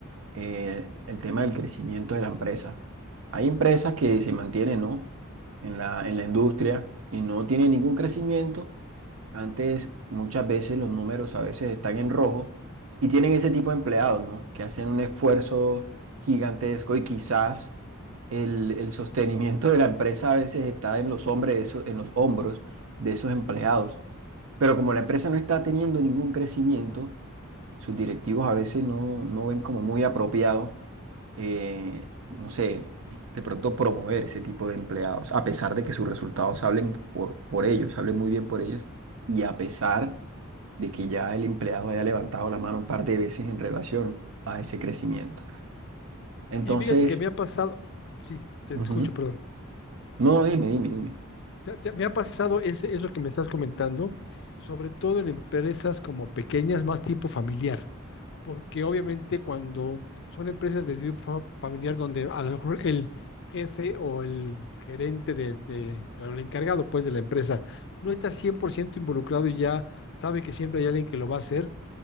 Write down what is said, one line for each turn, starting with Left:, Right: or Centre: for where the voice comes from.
Right: eh, el tema del crecimiento de la empresa. Hay empresas que se mantienen, ¿no? en la, en la industria y no tienen ningún crecimiento. Antes, muchas veces los números a veces están en rojo y tienen ese tipo de empleados, ¿no? Que hacen un esfuerzo gigantesco y quizás el, el sostenimiento de la empresa a veces está en los hombres de esos- en los hombros de esos empleados. Pero como la empresa no está teniendo ningún crecimiento, sus directivos a veces no, no ven como muy apropiado eh, no sé, de pronto promover ese tipo de empleados, a pesar de que sus resultados hablen por, por ellos, hablen muy bien por ellos, y a pesar de que ya el empleado haya levantado la mano un par de veces en relación a ese crecimiento. Entonces,
Left: Y fíjate que me ha pasado, sí, te
Right: ujú.
Left: escucho, perdón.
Right: No, no, dime, dime, dime.
Left: Te- te- me ha pasado ese, eso que me estás comentando, sobre todo en empresas como pequeñas, más tipo familiar porque obviamente cuando son empresas de tipo fa- familiar donde a lo mejor el jefe o el gerente del de- o el encargado pues de la empresa no está 100% involucrado y ya sabe que siempre hay alguien que lo va a hacer,